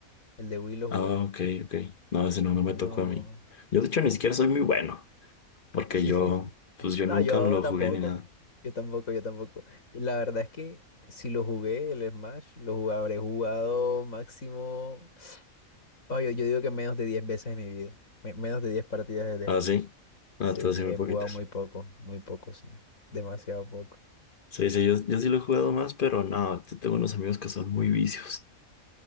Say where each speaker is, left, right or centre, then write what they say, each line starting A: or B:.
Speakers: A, on the left (about 65°); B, on the left (about 45°).
A: el de Wii lo jugué.
B: Ah, ok, ok. No, ese no,
A: Es
B: no
A: uno...
B: me tocó a mí. Yo, de hecho, ni siquiera soy muy bueno, porque
A: <laughs>
B: yo, pues yo
A: No,
B: nunca
A: yo
B: lo
A: tampoco,
B: jugué ni nada.
A: yo tampoco, yo tampoco. Y La verdad es que si lo jugué, el Smash, lo jugué- habré jugado máximo... Oye, yo, yo digo que menos de 10 veces en mi vida, me- menos de 10 partidas de
B: Ah,
A: Smash.
B: sí. Ah,
A: Sí,
B: todas sí, muy
A: he
B: poquitas.
A: jugado muy poco, muy poco, sí, demasiado poco.
B: Sí, sí, yo, yo sí lo he jugado más, pero no, t- tengo unos amigos que son muy vicios,